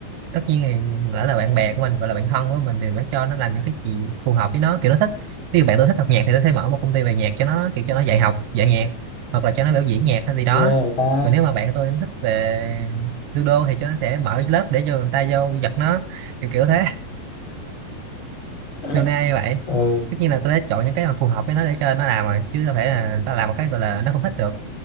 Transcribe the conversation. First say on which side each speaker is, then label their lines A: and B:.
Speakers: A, on the right; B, on the left.
A: tất nhiên thì lỡ là bạn bè của mình gọi là bạn thân của mình thì mới cho nó làm những cái gì phù hợp với nó kiểu nó thích ví dụ bạn tôi thích học nhạc thì tôi sẽ mở một công ty về nhạc cho nó kiểu cho nó dạy học dạy nhạc hoặc là cho nó biểu diễn nhạc hay gì đó
B: Ghê người ta.
A: còn nếu mà bạn tôi thích về judo thì cho nó sẽ mở lớp để cho người ta vô giật nó kiểu kiểu thế <laughs>
B: <laughs>
A: hôm nay như vậy
B: Ừ,
A: tất nhiên là tôi đã chọn những cái mà phù hợp với nó để cho nó làm rồi chứ đâu phải là nó làm một cái gọi là nó không thích được